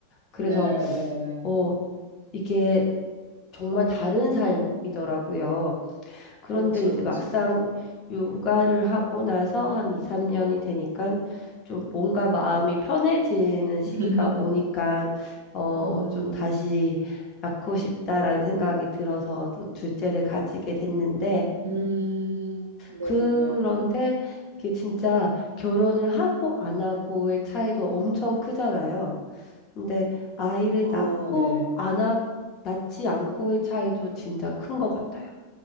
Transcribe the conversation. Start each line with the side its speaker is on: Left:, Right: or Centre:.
Left: 그래서
Right: 네, 네, 네.
Left: 어 이게 정말 다른 삶이더라고요. 그런데
Right: 그쵸,
Left: 이제
Right: 그쵸.
Left: 막상 육아를 하고 나서 한 2, 3년이 되니까 좀 뭔가 마음이 편해지는 시기가
Right: <laughs>
Left: 오니까 어,
Right: 음,
Left: 좀 다시 낳고 싶다라는 생각이 들어서 또 둘째를 가지게 됐는데
Right: 음, 네,
Left: 그런데
Right: 네, 네.
Left: 이게 진짜 결혼을 하고 안 하고의 차이도 엄청 크잖아요. 근데 아이를
Right: 어,
Left: 낳고
Right: 네.
Left: 안 하, 낳지 않고의 차이도 진짜 큰 것 같아요.